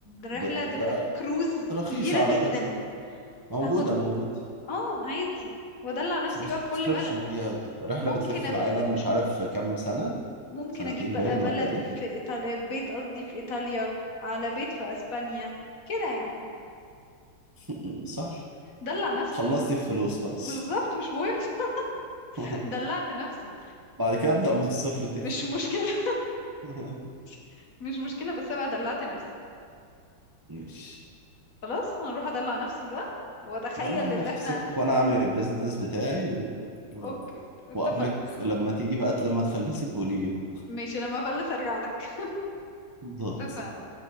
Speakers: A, on the left; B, on the right.
A: الرحلة
B: ب...
A: هتبقى
B: ده
A: كروز
B: رخيصة
A: كبيرة
B: على
A: جدا
B: فكرة موجودة
A: هاخد
B: موجودة
A: اه عادي وادلع نفسي
B: سبسكريبشن
A: بقى في كل بلد
B: فيها تبقى رحلة
A: ممكن
B: بتلف
A: ابقى
B: العالم مش عارف كام سنة
A: ممكن
B: سنتين
A: اجيب بقى
B: باين
A: بلد
B: ولا ايه
A: في ايطاليا بيت قصدي في ايطاليا على بيت في اسبانيا كده يعني
B: <clears throat> <laughs> صح
A: دلع نفسي
B: خلصت
A: بقى
B: الفلوس خلاص
A: بالظبط مش مهم <laughs>
B: <laughs>
A: دلعت نفسي
B: بعد كده أبدأ من الصفر تاني
A: مش مشكلة
B: <laughs>
A: <laughs> مش مشكلة بس أنا بقى دلعت نفسي
B: مش
A: خلاص هنروح أدلع نفسي بقى وأتخيل
B: دلع نفسك
A: اللي احنا
B: وانا اعمل البيزنس بتاعي و... و...
A: أوكي اتفقنا
B: وقبلك لما تيجي بقى لما تفلسي بقولي لي بقى
A: ماشي لما أفلس أرجع لك <laughs>
B: بالظبط
A: اتفقنا